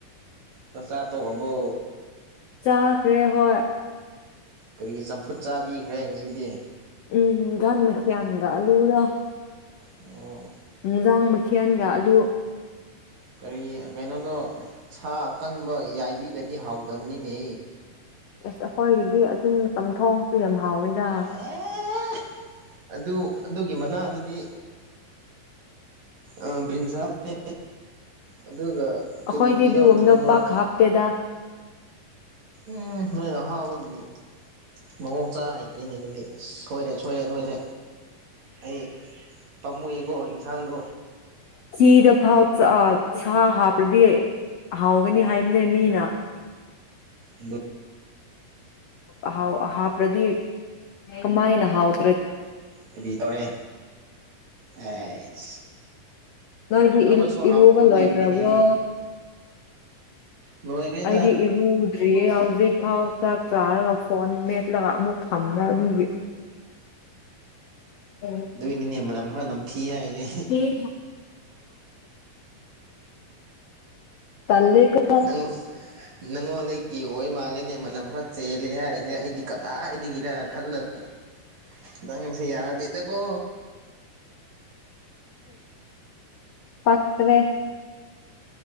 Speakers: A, on the right (about 55°); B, on the left (about 75°).
A: ꯆꯥꯛꯆ ꯇꯣꯛꯑꯕꯣ
B: ꯆꯥꯈ꯭ꯔꯦ ꯍꯣꯏ
A: ꯀꯔꯤ ꯆꯝꯐꯨꯠ ꯆꯥꯕꯤꯈ꯭ꯔꯦ ꯉꯁꯤꯗꯤ
B: ꯎꯝ ꯃꯈꯌꯥꯥꯟꯗ ꯑꯂꯨꯗꯣ
A: ꯑꯣ
B: ꯅꯟꯁꯥꯡ ꯃꯈꯦꯜꯒ ꯑꯂꯨ
A: ꯀꯔꯤ ꯀꯩꯅꯣꯗꯣ ꯁꯥ ꯑꯀꯪꯕ ꯌꯥꯏꯕꯤꯗꯗꯤ ꯍꯥꯎꯗꯕꯅꯤꯅꯦ
B: ꯑꯁ ꯑꯩꯈꯣꯏꯒꯤꯗꯤ ꯑꯗꯨꯝ ꯆꯝꯊꯣꯡꯁꯨ ꯌꯥꯝ ꯍꯥꯎꯋꯦꯗ
A: ꯑꯦ ꯑꯗꯨ ꯑꯗꯨꯒꯤ ꯃꯅꯥ ꯑꯗꯨꯗꯤ ꯑ ꯕ꯭ꯔꯤꯟꯖꯥꯜ ꯅꯦ ꯑꯗꯨꯒ ꯀꯔꯤ
B: ꯑꯩꯈꯣꯏꯗꯤ
A: ꯀꯔꯤꯗꯣ
B: ꯑꯗꯨꯒꯨꯝꯕꯗꯣ
A: ꯊꯝꯃꯒ
B: ꯄꯥꯛ ꯍꯥꯞꯇꯦꯗ
A: ꯎꯝ ꯅꯣꯏ ꯑꯍꯥꯎ ꯑꯣꯏꯒꯤ ꯃꯑꯣ ꯆꯥ ꯍꯩꯇ꯭ꯔꯤꯅꯦ ꯑꯗꯨꯗꯤ ꯑꯁ ꯁꯣꯏꯔꯦ ꯁꯣꯏꯔꯦ ꯅꯣꯏꯁꯦ ꯑꯩ ꯄꯥꯝꯃꯨꯑꯦꯀꯣ ꯌꯦꯟꯁꯥꯡꯗꯣ
B: ꯆꯤꯗꯐꯥꯎ ꯁꯥ ꯍꯥꯞꯄꯗꯤ ꯍꯥꯎꯒꯅꯤ ꯍꯥꯏꯕꯅꯦ ꯃꯤꯅ
A: ꯑꯗꯨ
B: ꯑꯍꯥꯎꯕ ꯍꯥꯞꯂꯗꯤ ꯀꯃꯥꯏꯅ ꯍꯥꯎꯥ
A: ꯀꯔꯤ ꯇꯧꯔꯦ ꯑꯩꯁ
B: ꯅꯣꯏꯗꯤ
A: ꯑꯃꯁꯨ
B: ꯏꯔꯨꯕ
A: ꯍꯥꯎꯇꯕ
B: ꯂꯣꯏꯈ꯭ꯔꯕ꯭ꯔꯣ
A: ꯂꯩꯕꯅꯤꯅꯦ ꯂꯣꯏꯈ꯭ꯔꯦꯗ
B: ꯑꯩꯗꯤ ꯏꯔꯨꯗ꯭ꯔꯤꯌꯦ ꯍꯧꯖꯤꯛ ꯐꯥꯎ ꯆꯥꯛ ꯆꯥꯔꯒ ꯐꯣꯟ ꯃꯦꯠ ꯂꯒꯥ ꯑꯃꯨꯛ ꯐꯝꯝꯕ ꯑꯗꯨꯒꯤ <inaudible>
A: ꯑꯗꯨꯏꯅꯤꯅꯦ ꯃꯅꯝ ꯈꯔ ꯅꯝꯊꯤ ꯍꯥꯏꯅꯦ
B: ꯏꯁ ꯇꯜꯂꯦꯀꯣ
A: ꯅꯪ ꯅꯪꯉꯣꯟꯗꯒꯤ ꯑꯣꯏ ꯃꯥꯜꯂꯅꯦ ꯃꯅꯝ ꯈꯔꯥ ꯆꯦꯜꯂꯦ ꯍꯥꯏꯁꯦ ꯑꯩꯗꯤ ꯀꯗꯥꯏꯗꯒꯤꯗꯒꯤꯔ ꯈꯜꯂꯒ ꯅꯪꯁꯤ ꯌꯥꯗ ꯏꯗ ꯀꯣ
B: ꯄꯥꯛ꯭ꯔꯦ